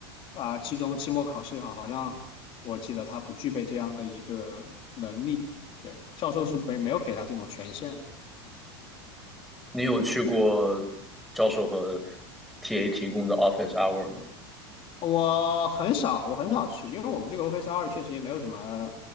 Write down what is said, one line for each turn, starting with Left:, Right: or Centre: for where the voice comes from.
Left: 啊期中期末考试也好，好像我记得他不具备这样的一个能力，对，教授是没没有给他这种权限。
Centre: 你有去过教授和 TA 提供的 office hour 吗？
Left: 我很少，我很少去，因为我们这个 Office 二确实也没有什么，